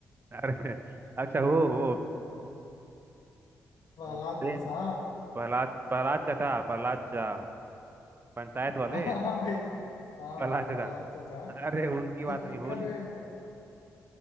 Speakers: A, on the right; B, on the left.
A: अरे अच्छा वो
B: प्रहलाद
A: वो देख
B: <laughs> मौसा
A: प्रहलाद प्रहलाद चाचा प्रहलाद चाचा पंचायत
B: हाँ,
A: वाले
B: वही हाँ
A: प्रहलाद
B: प्रहलाद
A: चाचा
B: चाचा
A: अरे उनकी
B: तो
A: बात नहीं
B: उनका
A: होली
B: जो एक-